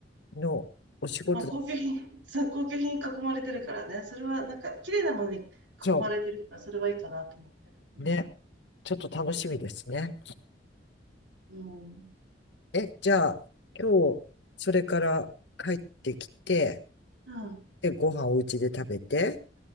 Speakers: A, on the left; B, on the right.
A: のお仕事だ。
B: まあ、高級品、<laughs> そう、高級品に囲まれてるからね、それはなんか、綺麗なものに囲まれてるから、
A: そ
B: それはいいかなと思ってる。うん。
A: う、ね、ちょっと楽しみですね。
B: うん。
A: え、じゃあ、今日、それから帰ってきて、
B: うん。
A: で、ご飯お家で食べて、